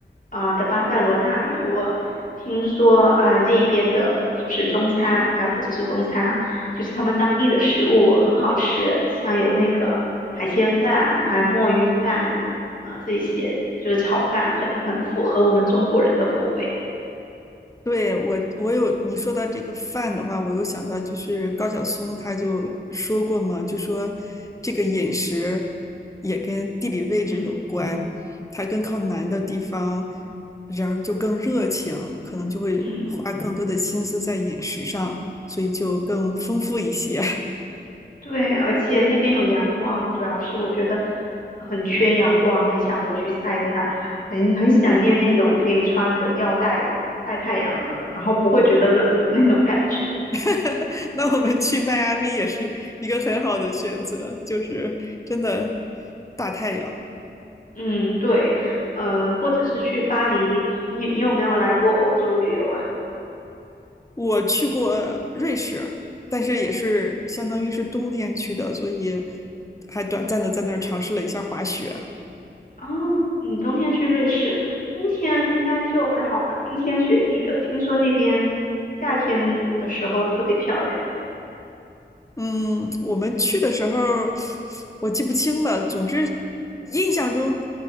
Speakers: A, on the left (about 45°); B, on the left (about 15°).
A: 啊、的巴塞罗那，因为我听说，啊、那一边的就是中餐，啊，不只是中餐啊，就是他们当地的食物很好吃，像有那个海鲜饭，还有墨鱼饭，啊、这一些就是炒饭很很符合我们中国人的口味，
B: 对，我，我有你说到这个饭的话，我又想到就是高晓松他就说过嘛，就说这个饮食也跟地理位置有关，
A: 嗯
B: 他它更靠南的地方，人儿就更热情，可能就会花更多的心思在饮食上，
A: 嗯。
B: 所以就更丰富一些。
A: 对，而且那边有阳光，主要是我觉得很缺阳光，很想过去晒一晒，很很想念那种可以穿着吊带晒太阳的，然后不会觉得冷的那种感觉。
B: <laughs> 那我们去迈阿密也是一个很好的选择，就是真的大太阳。
A: 嗯，对，嗯、或者是去巴黎，你你有没有来过欧洲旅游啊？
B: 我去过瑞士，但是也是相当于是冬天去的，所以还短暂的在那儿尝试了一下滑雪。
A: 哦，你冬天去瑞士，冬天应该就还好吧，冰天雪地的，听说那边夏天的时候特别漂亮。
B: 嗯，我们去的时候我记不清了，总之印象中